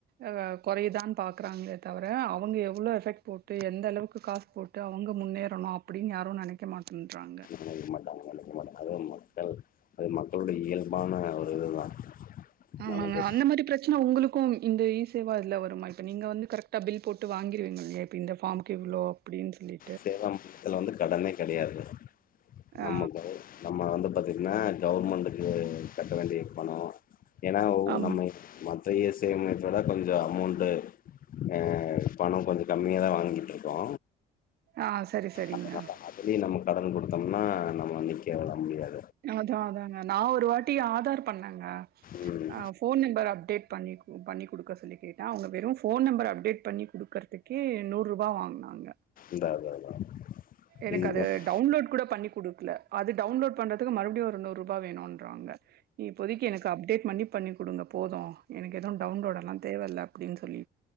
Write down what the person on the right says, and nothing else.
அ கொறையுதான் பாக்கறாங்களே தவர அவங்க எவ்ளோ எஃபெக்ட் போட்டு எந்த அளவுக்கு காசு போட்டு அவங்க முன்னேறணு அப்டின்னு யாரு நெனைக்க மாட்டன்றாங்க
ஆமாங்க
அந்த மாரி ப்ரச்சன உங்குளுக்கு இந்த இ சேவா இதுல வருமா இப்ப நீங்க வந்து கரெக்டா பில் போட்டு வாங்கிருவிங்க இல்லியா இப்ப இந்த ஃபார்ம்க்கு இவ்ளோ அப்பிடின் சொல்லி
ஆ
ஆமா
ஆ சரி சரிங்னா
அது அதாங்க நா ஒரு வாட் டி ஆதார் பண்ண
ஆ ஃபோன் நம்பர் அப்டேட் பண்ணி பண்ணிக் குடுக்க சொல்லி கேட்ட அவங்க வெரு ஃபோன் நம்பர் அப்டேட் பண்ணி குடுக்கர்துக்கே நூருபா வாங்னாங்க
எனக்கு
அது
டவ்ன்லோட் கூட பண்ணி குடுக்ல அது டவுன்லோட் பண்றதுக்கு மறுபடியு ஒரு நூறுபா வேணுன்றாங்க இப்போதிக்கி எனக்கு அப்டேட் பண்ணி பண்ணி குடுங்க போது எனக்கு எதுவு டவுன்லோடுலா தேவ இல்ல அப்டின்னு சொல்லி